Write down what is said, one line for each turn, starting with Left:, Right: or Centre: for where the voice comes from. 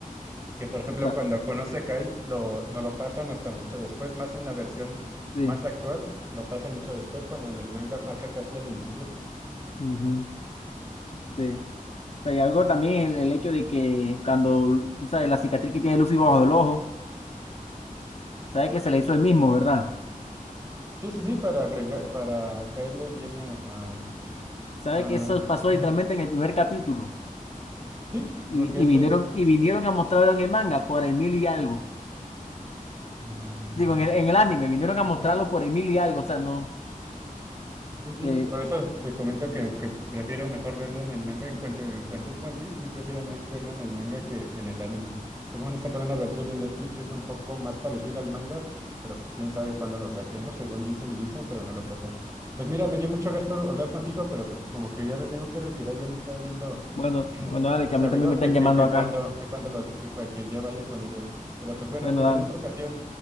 Right: que por ejemplo
Left: o sea,
Right: cuando conoce a Kate lo, no lo pasan hasta mucho después, más en la versión
Left: sí,
Right: más actual, lo pasan mucho después, cuando en el manga pasa casi al inicio.
Left: ujú, sí. O sea, y algo también el, el hecho de que cuando, tú sabes, la cicatriz que tiene Luffy bajo el ojo, sabe que se la hizo él mismo, ¿verdad?
Right: Sí, sí, sí, para agregar, para caerle bien a, a-
Left: Sabe
Right: a-
Left: que eso pasó
Right: ujú,
Left: literalmente en el primer capítulo.
Right: sí,
Left: Y,
Right: porque es
Left: y vinieron,
Right: el,
Left: y vinieron a mostrarlo en el manga por el mil y algo.
Right: mm,
Left: Digo, en el, en el anime, vinieron a mostrarlo
Right: el anime.
Left: por el mil y algo. O sea, no.
Right: Sí, sí,
Left: eh,
Right: por eso te comento que, que prefiero mejor verlo en el manga. En cuanto, en cuanto es One Piece, sí prefiero más verlo en el manga que en el anime. Tengo van a sacar una versión de Netflix que es un poco más parecida al manga, pero pues quién sabe cuándo lo saquen, ¿no? Según dicen y dicen, pero no lo sacan. Pues mira, me dio mucho gusto hablar contigo, pero pues como que ya me tengo que retirar, ya me estaba viendo
Left: bueno,
Right: <laughs>
Left: bueno, dale,
Right: mis
Left: que a mí
Right: amigos
Left: también me están
Right: que, que,
Left: llamando
Right: que
Left: acá.
Right: cuando, que cuando los, que, cua- que ya vaya con ellos. Pero pues bueno,
Left: Bueno,
Right: te veo
Left: dale,
Right: en otra ocasión.